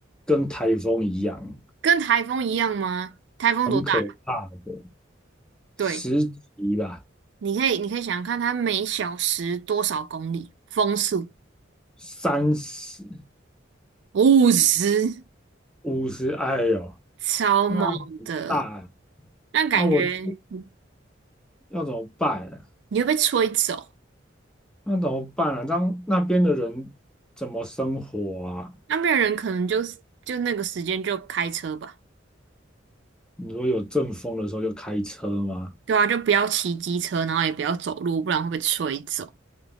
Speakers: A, in the centre; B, on the right.
A: 跟台风一样，
B: 跟台风一样吗？台风多大？
A: 很可怕的，
B: 对，
A: 十级吧，
B: 你可以你可以想想看，它每小时多少公里？风速
A: 三十、
B: 五十，
A: 五十，哎呦，
B: 超猛的。
A: 那很大欸
B: 那感觉你
A: 啊，我去要怎么办啊？
B: 会被吹走，
A: 那怎么办啊？让那边的人怎么生活啊？
B: 那边的人可能就是就那个时间就开车吧。
A: 你说有阵风的时候就开车吗？
B: 对啊，就不要骑机车，然后也不然后也不要走路，不然会被吹走。